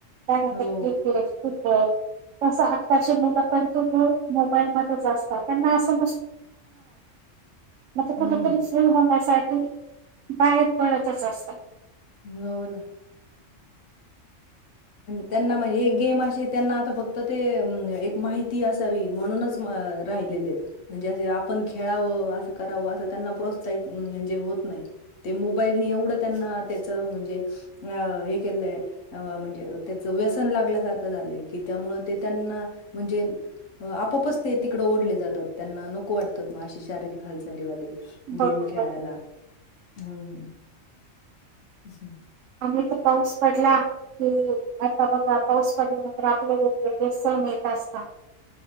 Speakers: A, on the right; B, on the left.
A: <unintelligible>
B: हो
A: तस आत्ताचे मुलं पंतु मो मोबाईल मधेच असतात त्यांना असं. <unintelligible>
B: हम्म
A: ते बाहेर पडायाच च असत.
B: नोन. त्यांना म्हणजे एक गेम अशीए त्यांना आता फक्त ते एक माहिती असावी. म्हणूनच म राहिलेत म्हणजे अस आपण खेळावं असं करावं अस त्यांना प्रोसहित जे होत नाही, ते मोबाईलनी एवढ त्यांना त्याच म्हणजे हे केलंय म्हणजे त्याच व्यसन लागल्यासारखं झालंय की त्यामुळे ते त्यांना म्हणजे आ आपोपच ते तिकडे ओढले जातात त्यांना नको वाटतात मग अशी शारीरिक हालचाली वाले.
A: बरोबर
B: गेम खेळायला, हम्म. <inaudible>
A: आम्ही तर पाऊस पडला की आता बघा पाऊस पडल्यानंतर आपले वेगवेगळे सण येत असतात.